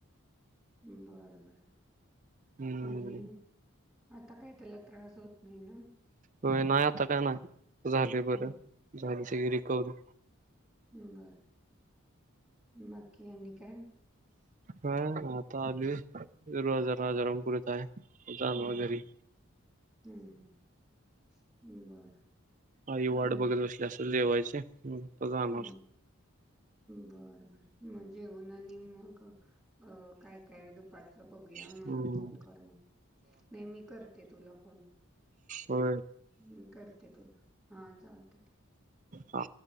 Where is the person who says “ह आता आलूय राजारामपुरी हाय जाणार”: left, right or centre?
Right